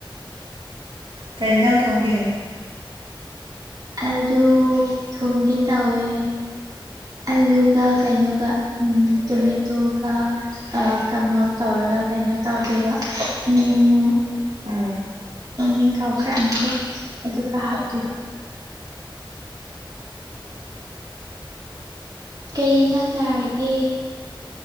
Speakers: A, on the right (about 80°); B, on the right (about 45°).
A: ꯀꯩ ꯏꯟꯖꯥꯡ ꯊꯣꯡꯒꯦ
B: ꯑꯂꯨ ꯊꯣꯡꯒꯦ ꯇꯧꯋꯦ ꯑꯂꯨꯒ ꯀꯩꯅꯣꯒ ꯎꯝ ꯇꯣꯃꯦꯇꯣꯒ ꯑ ꯀꯥꯡꯉꯧ ꯇꯧꯔꯒ ꯀꯩꯅꯣ ꯇꯧꯗꯣꯏꯕ ꯎꯝ
A: ꯑꯣ
B: ꯃꯃꯤꯡ ꯀꯥꯎꯈ꯭ꯔꯦ ꯑꯃꯗꯣ ꯑꯗꯨꯒ ꯍꯥꯞꯇꯣꯏꯕ ꯀꯩ ꯌꯦꯟꯁꯥꯡ ꯆꯥꯔꯒꯦ